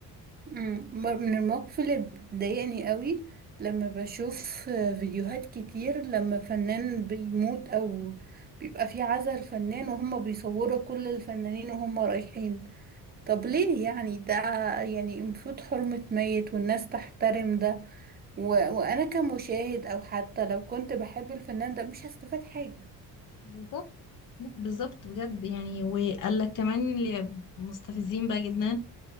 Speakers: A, on the right; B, on the left.
A: مم. من المواقف اللي بتضايقني قوي لما بشوف آه، فيديوهات كتير لما فنان بيموت او بيبقى في عزا الفنان وهم بيصوروا كل الفنانين وهم رايحين طب ليه يعني ده يعني المفروض حرمة ميت والناس تحترم ده و... وانا كمشاهد او حتى لو كنت بحب الفنان ده مش هستفاد حاجة
B: بالظبط لا بالظبط بجد يعني وقال لك كمان اللي مستفزين بقى جدا